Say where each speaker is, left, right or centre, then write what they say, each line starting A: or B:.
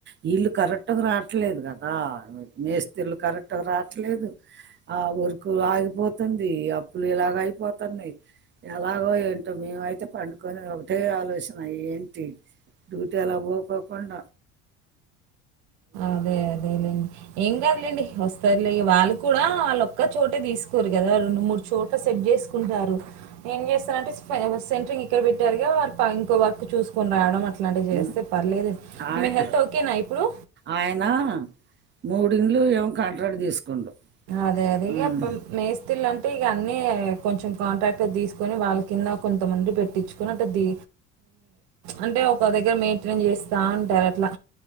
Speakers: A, on the right; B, on the right.
A: వీళ్ళు కరెక్ట్గా రావట్లేదు కదా మేస్త్రిర్లు కరెక్ట్గా రావట్లేదు ఆ వర్కు ఆగిపోతుంది అప్పులు ఇలాగ అయిపోతుంది ఎలాగో ఏంటో మేమైతే పం ఒకటే ఆలోచన ఏంటి డ్యూటీ అలా పోకోకుండ
B: అదే అదేలే ఏం కాదులేండి వస్తారులే వాళ్ళు కూడా వాళ్ళ ఒక్క చోటే తీసుకోరు కదా రెండు మూడు చోట్ల సెట్ చేసుకుంటారు ఏం చేస్తారంటేె సెంట్రింగ్ క్కడ పెట్టారుగా వాళ ఇంకో వర్క్ చూసుకొని రావడం అట్లాంటివి చేస్తే
A: ఉమ్.
B: పర్లేదు
A: ఆయ-
B: మీ హెల్త్ ఓకేనా ఇప్పుడు
A: ఆయన మూడిండ్లు ఏవో కాంట్రాక్ట్ తీసుకుండు
B: అదే అదే క
A: ఉమ్, ఇక
B: పం మేస్తిలంటే ఇగ నే కొంచెం కాంట్రాక్ట్ర్ అట్ట తీసుకొని వాళ్ళ కింద కొంతమంది పెట్టించుకొని అట్ట దీ అంటే ప్చ్ ఒక దగ్గర మెయింటెన్ చేస్తా ఉంటారు అట్లా